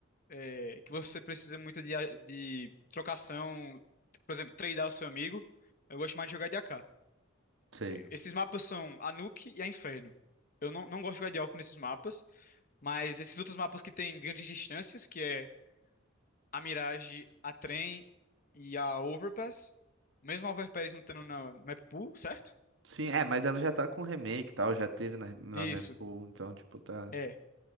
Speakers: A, on the left; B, on the right.
A: é, que você precisa muito de, a- de trocação, por exemplo, tradear o seu amigo, eu gosto mais de jogar de AK.
B: Sei.
A: Esses mapas são Anuk e a Inferno. Eu não, não gosto de jogar de Alco nesses mapas, mas esses outros mapas que tem grandes distâncias, que é a Mirage, a Trem e a Overpass, mesmo a Overpass não estando na no map pool, certo?
B: Sim, é, mas ela já tá com remake e tal, já teve na, na
A: Isso.
B: minha pool, então tipo tá...
A: é.